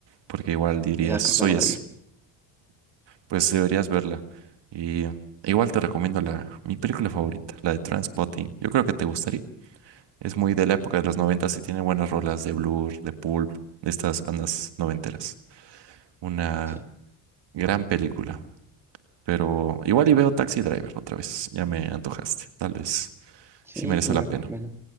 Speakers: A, on the right; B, in the centre.
A: Porque igual dirías,
B: Esa
A: soy
B: creo que no
A: eso.
B: la he visto.
A: Pues deberías verla. Y igual te recomiendo la, mi película favorita, la de Transpotting. Yo creo que te gustaría. Es muy de la época de los noventas y tiene buenas rolas de Blur, de Pulp, de estas bandas noventeras. Una
B: Sí,
A: gran película. Pero igual y veo Taxi Driver otra vez. Ya me antojaste. Tal vez.
B: sí,
A: sí merece
B: es
A: la
B: verdad,
A: pena.